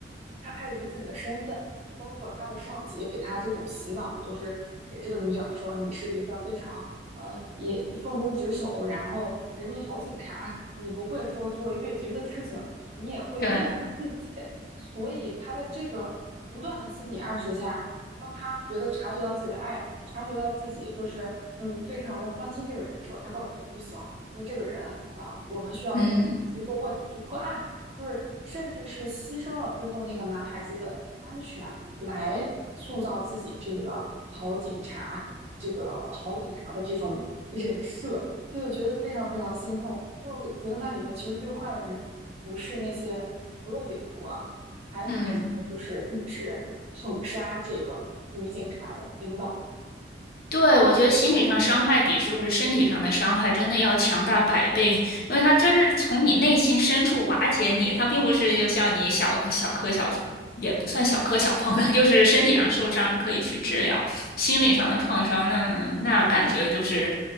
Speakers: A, on the right; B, on the left.
A: 她碍于自己的身份，包括她的上级给她这种洗脑，就是给这个女警说你是一个非常呃也奉公职守，然后人民好警察，你不会说做越级的事情。你也会奉献自己。
B: 对，
A: 所以他在这个不断的心理暗示下，当他觉得察觉到自己的爱，察觉到自己就是嗯非常的关心这个人的时候，他告诉你不行，因为这个人啊，我们需要让他去做卧底，
B: 嗯
A: 去破案，就是甚至是牺牲了最后那个男孩子的安全来塑造自己这个好警察，这个好警察的这种人设。所以我觉得非常非常心痛，所以我会觉得那里面其实最坏的人不是那些除了匪徒啊，还有那些就是一直捧杀这个女警察的领导，
B: 嗯。对，我觉得心理上伤害比就是身体上的伤害真的要强大百倍，因为它真的是从你内心深处瓦解你，它并不是就像你小磕小磕小碰，也不算小磕小碰了，<laughs> 就是身体上受伤你可以去治疗，心理上的创伤那那感觉就是